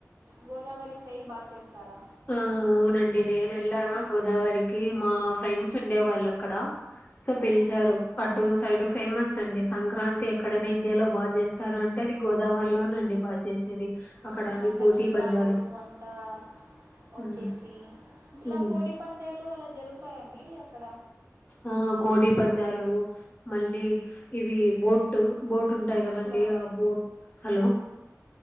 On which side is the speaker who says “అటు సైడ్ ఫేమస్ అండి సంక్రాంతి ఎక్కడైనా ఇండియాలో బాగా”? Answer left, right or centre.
Left